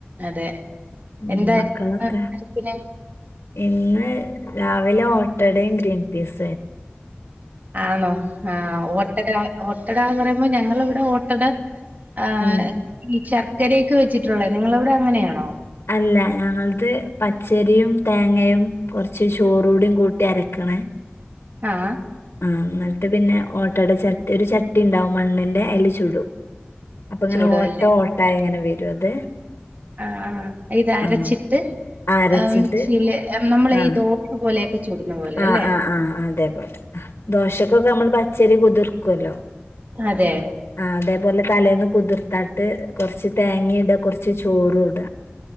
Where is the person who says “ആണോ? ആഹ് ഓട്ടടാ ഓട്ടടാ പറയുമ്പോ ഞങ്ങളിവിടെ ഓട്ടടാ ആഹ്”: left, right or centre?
Right